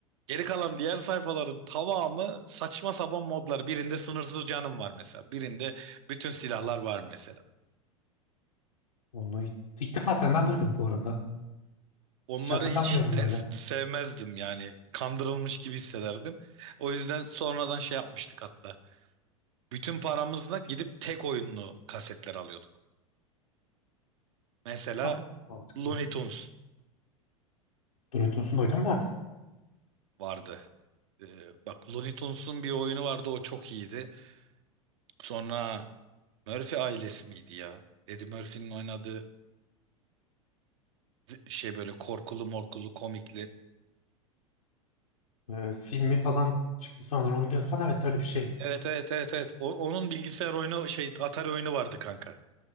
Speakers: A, on the right (about 60°); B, on the left (about 75°).
A: geri kalan diğer sayfaların tamamı saçma sapan modlar. Birinde sınırsız canım var mesela. Birinde bütün silahlar var mesela.
B: Onu ilk, ilk defa senden duydum bu arada.
A: Onları
B: Hiç hatırlamıyorum
A: hiç test
B: öyle.
A: sevmezdim yani. Kandırılmış gibi hissederdim. O yüzden sonradan şey yapmıştık hatta. Bütün paramızla gidip tek oyunlu kasetler alıyorduk. Mesela
B: Bu da mantıklı.
A: Looney Tunes
B: Dunutus'un oyunu mu vardı?
A: vardı. Ee, bak Looney Tunes'un bir oyunu vardı o çok iyiydi. Sonra Murphy ailesi miydi ya? Eddie Murphy'nin oynadığı şey böyle korkulu morkulu komikli.
B: Ee, filmi falan çıktı sonra onu diyorsan evet öyle bir şey.
A: Evet evet evet evet. O- onun bilgisayar oyunu şey Atari oyunu vardı kanka.